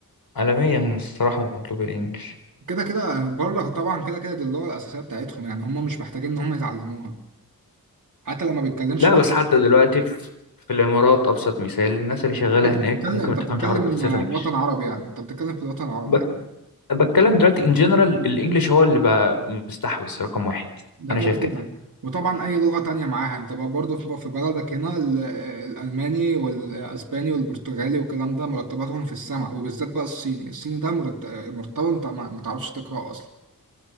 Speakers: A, on the left; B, on the right.
A: عالميا الصراحة مطلوب الإنجليش
B: كده كده بره طبعا كده كده دي اللغة الأساسية بتاعتهم يعني هم مش محتاجين إن هم يتعلموها حتى لما بيتكلمش
A: لا بس حتى دلوقتي في في الإمارات أبسط مثال الناس اللي شغالة
B: اه انت
A: هناك
B: بتتكلم
A: ممكن
B: انت
A: ما تفهمش
B: بتتكلم
A: عربي بس تفهم إنجليش
B: وطن عربي يعني انت بتتكلم في الوطن العربي
A: بك...
B: يعني
A: بتكلم دلوقتي إن جنرال الإنجليش هو اللي بقى مستحوذ رقم واحد
B: ده
A: أنا
B: كده
A: شايف
B: كده
A: كده
B: وطبعا اي لغة تانية معاها انت بقى برضه في في بلدك هنا ال- الالماني والاسباني والبرتغالي والكلام ده مرتباتهم في السماء وبالذات بقى الصيني الصيني ده مرت- مرتبه انت ما ما تعرفش تقراه اصلا